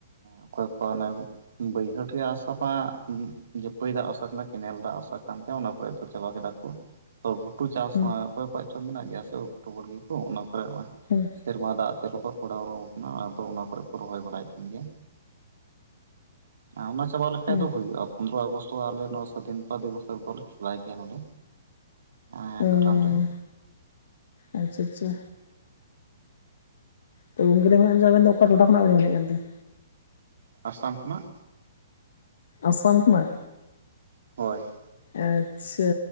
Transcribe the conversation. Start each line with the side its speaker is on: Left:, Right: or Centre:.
Right: ᱚᱠᱚᱭ ᱠᱚᱣᱟᱜ ᱵᱟᱹᱭᱦᱟᱹᱲ ᱨᱮᱭᱟᱜ ᱟᱥᱟ ᱢᱟ ᱡᱟᱯᱟᱭ ᱫᱟᱜ ᱩᱥᱟᱨᱟ ᱨᱮᱱᱟ ᱠᱮᱱᱮᱞ ᱫᱟᱜ ᱟᱥᱟᱜ ᱠᱟᱱ ᱛᱮ ᱚᱱᱟ ᱠᱚᱨᱮ ᱫᱚ ᱪᱟᱵᱟ ᱠᱮᱫᱟ ᱠᱚᱹ ᱛᱚ ᱜᱷᱩᱴᱩ ᱪᱟᱥ
Left: ᱦᱮᱸ
Right: <unintelligible> ᱚᱠᱚᱭ ᱠᱚᱣᱟᱜ ᱪᱚ ᱢᱮᱱᱟᱜ ᱜᱮᱭᱟ ᱥᱮ ᱚᱠᱴᱳᱵᱚᱨ ᱦᱚᱲ ᱜᱮᱠᱚ ᱚᱱᱟ ᱠᱚᱨᱮ ᱱᱚᱜᱚᱭ
Left: ᱦᱩᱸ <inaudible>
Right: ᱥᱮᱨᱢᱟ ᱫᱟᱜ ᱛᱮ ᱨᱚᱦᱚᱣ ᱵᱟᱲᱟᱣ ᱦᱚᱣᱠᱟᱱᱟ ᱟᱫᱚ ᱚᱱᱟ ᱠᱚᱨᱮ ᱠᱚ ᱨᱚᱦᱚᱭ ᱵᱟᱲᱟᱭᱮᱫ ᱠᱟᱱ ᱜᱮᱭᱟ ᱮᱸ ᱚᱱᱟ ᱪᱟᱵᱟ ᱞᱮᱠᱷᱟᱡ
Left: ᱦᱮᱸ ᱦᱮᱸ
Right: ᱫᱚ ᱦᱩᱭᱩᱜᱼᱟ ᱯᱚᱱᱫᱽᱨᱚ ᱟᱜᱚᱥᱛ ᱟᱞᱮ ᱱᱚᱣᱟ ᱫᱤᱢᱯᱟ ᱫᱤᱣᱟᱥ ᱵᱟᱵᱚᱱ ᱠᱷᱤᱞᱟᱭᱮᱫᱮᱭᱟ ᱱᱚᱰᱮ ᱮᱸ
Left: ᱚᱸᱻ
Right: ᱜᱨᱟᱢ ᱨᱮ
Left: ᱟᱪᱪᱷᱟ ᱟᱪᱪᱷᱟ ᱛᱚ ᱜᱚᱢᱠᱮ <unintelligible> ᱟᱵᱮᱱ ᱫᱚ ᱚᱠᱟ ᱴᱚᱴᱷᱟ ᱠᱷᱚᱱᱟᱜ ᱵᱮᱱ ᱢᱮᱱᱮᱫ ᱠᱟᱱ ᱛᱟᱦᱮᱸ
Right: ᱟᱥᱟᱢ ᱠᱷᱚᱱᱟᱜ᱾
Left: ᱟᱥᱟᱢ ᱠᱚᱱᱟᱭ
Right: ᱦᱳᱭ ᱾
Left: ᱟᱪᱪᱷᱟ